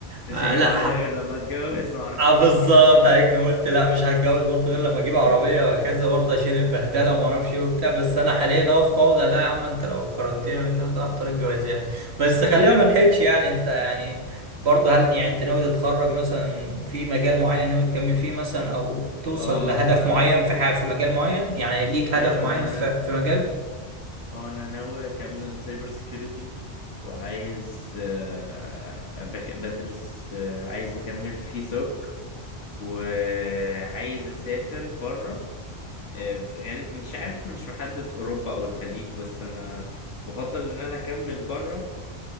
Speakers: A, on the left; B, on the right.
A: مش
B: آه
A: هجيب
B: لا
A: عربية غير لما اتجوز معرفش
B: اه
A: ايه
B: بالظبط عليك انا قلت لا مش هتجوز برضه غير لما اجيب عربيه
A: <laughs>
B: وهكذا برضه عشان البهدله وما اعرفش ايه وبتاع بس انا حاليا اهو في فوضى لا يا عم انت لو قارنتني بين ده وده هختار الجواز يعني بس خلينا
A: ايوه
B: ما نحيدش يعني انت يعني برضه هل يعني انت ناوي تتخرج مثلا في مجال معين ناوي تكمل فيه مثلا او توصل
A: اه
B: لهدف
A: انا
B: معين في حاجه في مجال معين يعني ليك
A: ايوه
B: هدف معين
A: انا
B: في في مجال
A: هو انا ناوي اكمل سايبر سيكيورتي وعايز آه، أبقى- بدرس آه، عايز اكمل في سوك وعايز اسافر بره آه، غالب مش عارف مش محدد اوروبا او الخليج بس انا بفضل ان انا اكمل بره